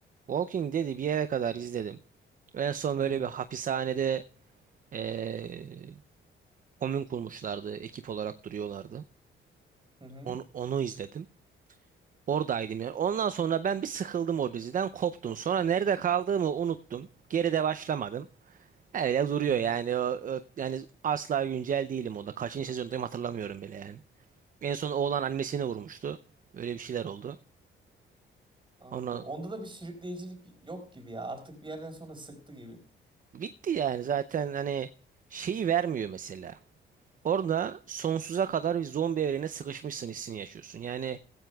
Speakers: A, on the right; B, on the right.
A: Walking Dead'i bir yere kadar izledim. En son
B: Hı
A: böyle
B: hı.
A: bir hapishanede e, komün kurmuşlardı. Ekip olarak duruyorlardı.
B: Hı hı.
A: Onu, onu izledim. Oradaydım yani. Ondan sonra ben bir sıkıldım o diziden, koptum. Sonra nerede kaldığımı unuttum. Geride başlamadım. Öyle duruyor
B: Hı hı.
A: yani. O, o- yani asla güncel değilim o da. Kaçıncı sezondayım hatırlamıyorum bile yani. En son oğlan annesini vurmuştu. Öyle bir şeyler oldu.
B: Anladım.
A: Ona
B: Onda da bir sürükleyicilik yok gibi ya. Artık bir yerden sonra sıktı gibi.
A: bitti yani zaten hani şeyi vermiyor mesela. Orada sonsuza kadar bir zombi evrene sıkışmışsın hissini yaşıyorsun. Yani